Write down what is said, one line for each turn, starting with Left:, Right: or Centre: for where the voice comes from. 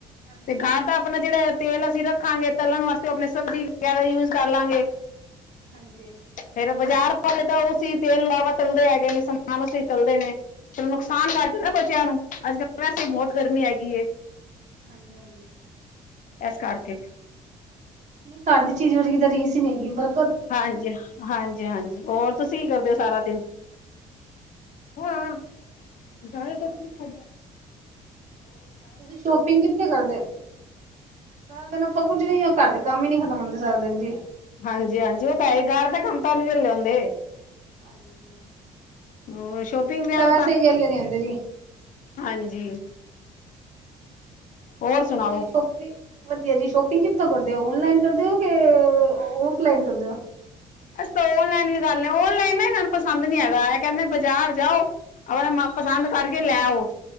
Right: ਹਾਂਜੀ
Left: ਤੇ ਘ੍ਹਾਰ ਤਾਂ ਆਪਣਾ ਜੇੜਾ ਤੇਲ ਅਸੀਂ ਰੱ ਰੱਖਾਂਗੇ ਤਲਣ ਵਾਸਤੇ ਆਪਣੀ ਸਬਜ਼ੀ ਵਗੈਰਾ ਯੂਜ ਕਰ ਲਾਂਗੇ
Right: ਹਾਂਜੀ
Left: ਫੇਰ ਬਾਜ਼ਾਰ ਹੇ ਤਾਂ ਉਹ ਸੀ ਤੇਲ ਲਾਵਾ ਚੱਲਦੇ ਹੈਗੇ ਨੇ ਸਮਾਨ ਅਸੀਂ ਚੱਲਦੇ ਨੇ। ਚਲੋ ਨੁਕਸਾਨ
Right: ਅੱਛਾ
Left: ਕਰ ਦਿੱਤਾ
Right: ਜੀ
Left: ਬੱਚਿਆਂ ਨੂੰ ਅੱਜ ਕੱਲ ਵੈਸੇ ਬਹੁਤ ਗਰਮੀ ਹੈਗੀ।
Right: ਹਾਂਜੀ ਹਾਂਜੀ
Left: ਇਸ ਕਰਕੇ
Right: ਨਹੀਂ ਕਢ ਦੀ ਚੀਜ਼ ਵ ਕਿ ਤਾਂ ਰੀਸ ਹੀ ਨਹੀਂ ਹੈਗੀ ਪਰ
Left: ਹਾਂਜੀ -ਹਾਂਜੀ- ਹਾਂਜੀ ਹੋਰ ਤੁਸੀਂ ਕੀ ਕਰਦੇ ਹੋ। ਸਾਰਾ ਦਿਨ ਹਾਂ। ਦਾਰੇ
Right: ਹੋਰ
Left: ਤਾਂ ਤ ਦਾ
Right: ਤੁਸੀਂ ਸ਼ੋਪਿੰਗ ਕਿੱਥੇ ਕਰਦੇ ਹੋ ਸਾਰਾ ਦਿਨ ਆਪਾਂ ਪੁੱਜ ਰ ਘਰ ਦੇ ਕੰਮ ਹੀ ਨੀ ਖਤਮ ਹੁੰਦੇ ਸਕਦੇ ਜੀ।
Left: ਹਾਂਜੀ- ਹਾਂਜੀ ਉਹ ਤਾਂ ਹੈ ਗਾਹਰ ਦਾ ਕੰਮ ਤੋ ਨੀ ਵੇਲੇ ਹੁੰਦੇ।
Right: ਹਾਂਜੀ
Left: ਹੋਰ ਸ਼ੋਪਿੰਗ
Right: <unintelligible>
Left: ਵਗੈਰਾ
Right: ਤਾਂ ਵੈਸ ਹੀ ਵੇਲੇ ਨਹੀਂ ਹੁੰਦੇ ਜੀ
Left: ਹਾਂਜੀ ਹੋਰ ਸੁਣਾਓ
Right: ਤੁਸੀਂ ਸ਼ੋਪਿੰਗ ਵਧੀਆ ਜੀ ਸ਼ੋਪਿੰਗ ਕਿੱਥੋਂ ਕਰਦੇ ਹੋ ਔਨਲਾਈਨ ਕਰਦੇ ਹੋ ਕੇ ਔਫਲਾਈਨ ਕਰਦੇ ਹੋ।
Left: ਅਸੀਂ ਤਾਂ ਓਨਲਾਈਨ ਵੀ ਗ ਓਨਲਾਈਨ ਨਾ ਇਹ ਨੂੰ ਪਸੰਦ ਨਹੀਂ ਹੈਗਾ ਕਹਿੰਦੇ ਬਾਜ਼ਾਰ ਜਾਓ। ਆਪ ਮ ਪਸੰਦ ਕਰਕੇ ਲੈ ਆਓ